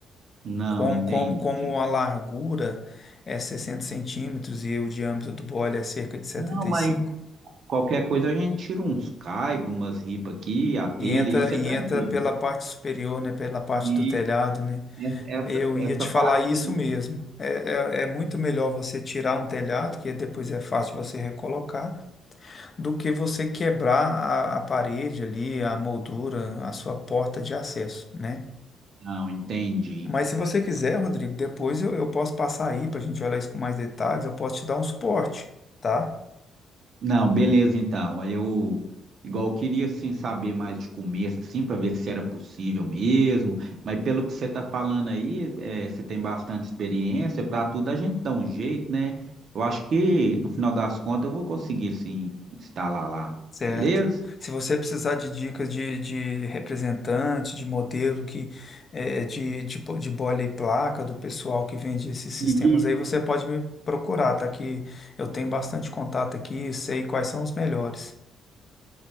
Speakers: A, on the right (about 60°); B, on the left (about 40°).
A: Não,
B: Como,
A: entendi.
B: como, como a largura é 60 centímetros e o diâmetro do boiler é cerca de 75
A: Não, mas qualquer coisa a gente tira uns caibros, umas ripas aqui, a telha,
B: E entra,
A: isso
B: e
A: é tranquilo,
B: entra pela
A: viu?
B: parte superior, né? Pela parte do
A: E
B: telhado, né?
A: essa, essa
B: Eu ia
A: essa
B: te
A: parte
B: falar isso
A: aí.
B: mesmo. É, é, é muito melhor você tirar um telhado, que depois é fácil você recolocar, do que você quebrar a, a parede ali, a moldura, a sua porta de acesso, né?
A: Não, entendi.
B: Mas se você quiser, Rodrigo, depois eu, eu posso passar aí para a gente olhar isso com mais detalhes, eu posso te dar um suporte, tá?
A: Não, beleza então. Aí eu igual eu queria assim saber mais de começo assim para ver se era possível mesmo, mas pelo que você está falando aí, é, você tem bastante experiência, para tudo a gente dá um jeito, né? Eu acho que no final das contas eu vou conseguir sim instalar lá.
B: Certo.
A: Beleza?
B: Se você precisar de dicas de, de representante, de modelo que eh, de, de, bo- de bola e placa do pessoal que vende esses sistemas
A: E-
B: aí, você pode me procurar, tá? Que eu tenho bastante contato aqui, sei quais são os melhores.